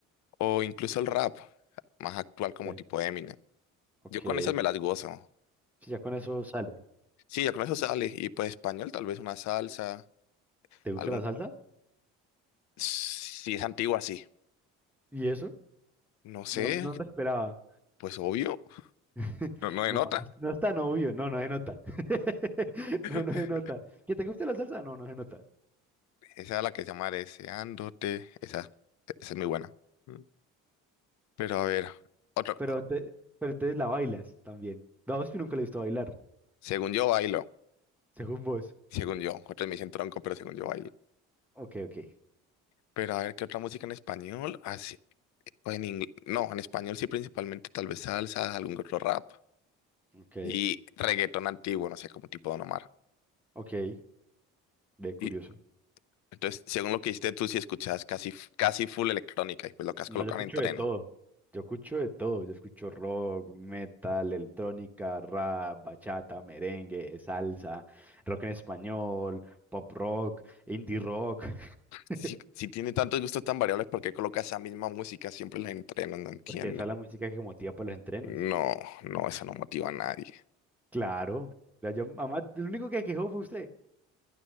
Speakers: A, on the left (about 70°); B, in the centre.
A: O incluso el rap, más actual como
B: ok,
A: tipo Eminem.
B: ok.
A: Yo con esas me las gozo.
B: Sí, ya con eso sale.
A: Sí, ya con eso sale. Y pues español, tal vez una salsa,
B: ¿Te gusta
A: algún...
B: la salsa?
A: Si es antigua, sí.
B: ¿Y eso?
A: No sé,
B: No, no lo esperaba.
A: pues obvio.
B: <laughs>
A: No, no denota.
B: No, no es tan obvio, no, no se nota. <laughs>
A: <laughs>
B: No, no se nota. ¿Que te guste la salsa? No, no se nota.
A: Esa es la que se llama Deseándote. Esa, esa es muy buena. Mm. Pero a ver, otra.
B: Pero, ente- pero entonces la bailas también. Daos que nunca la he visto bailar,
A: Según yo bailo.
B: según vos.
A: Según yo. Otros me dicen tronco, pero según yo bailo.
B: Ok, ok,
A: Pero a ver, ¿qué otra música en español? Así, o en ingle- No, en español sí, principalmente tal vez salsa, algún otro rap.
B: ok,
A: Y reggaetón antiguo, no sé, como tipo Don Omar.
B: ok. Ve, curioso.
A: Y Entonces, según lo que dijiste tú, si escuchabas casi, casi full electrónica y pues lo que has
B: No,
A: colocado
B: yo escucho
A: en entreno.
B: de todo. Yo escucho de todo, yo escucho rock, metal, electrónica, rap, bachata, merengue, salsa, rock en español, pop rock, indie rock, <laughs>
A: Si, si tiene tantos gustos tan variables, ¿por qué colocas esa misma música siempre en el entreno? No entiendo.
B: porque esa es la música que motiva para los entrenos.
A: No, no, eso no motiva a nadie.
B: Claro. La llam- además, el único que quejó fue usted.